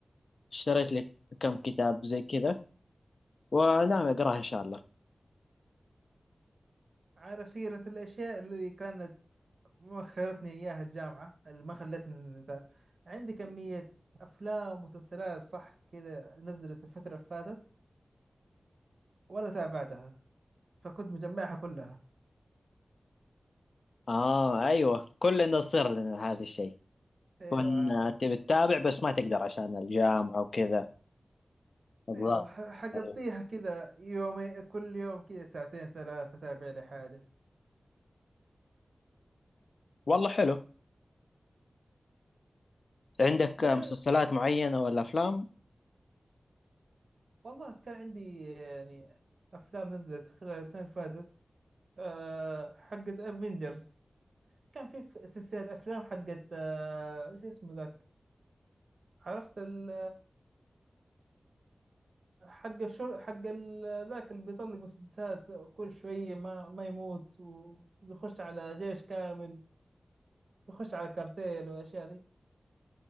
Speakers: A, on the left; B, on the right.
A: اشتريت لي كم كتاب زي كذا وناوي أقراها إن شاء الله
B: على سيرة الأشياء اللي كانت مؤخرتني إياها الجامعة اللي ما خلتني نت- عندي كمية أفلام ومسلسلات صح كذا نزلت الفترة اللي فاتت ولا تابعتها فكنت مجمعها كلها
A: اه ايوه كلنا يصير لنا هذا الشيء
B: أيوة
A: كنا
B: عليك
A: تبي تتابع بس ما تقدر عشان الجامعة وكذا الظاهر
B: أيوة ح- حقضيها
A: ايوه
B: كذا يومي كل يوم كذا ساعتين ثلاثة أتابع لي حاجة
A: والله حلو عندك
B: بعدين
A: مسلسلات معينة ولا افلام
B: والله كان عندي يعني أفلام نزلت خلال السنة اللي فاتت أه حقت افنجرز كان في ف- سلسلة أفلام حقت آه، شو اسمه ذاك عرفت ال حق الشر حق ال- ذاك اللي بيطلق مسدسات كل شوية ما ما يموت ويخش على جيش كامل يخش على كارتيل والأشياء دي